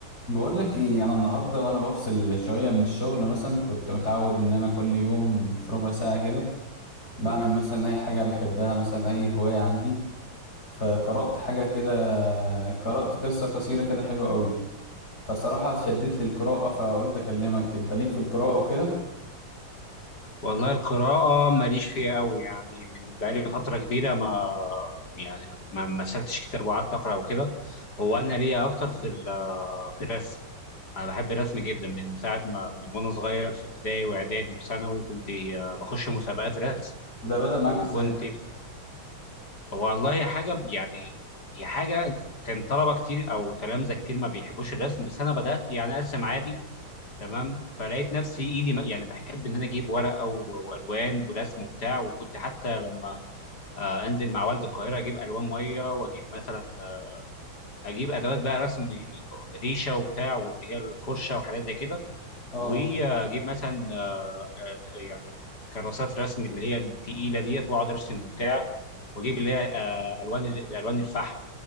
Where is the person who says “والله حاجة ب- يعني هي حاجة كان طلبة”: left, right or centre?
Left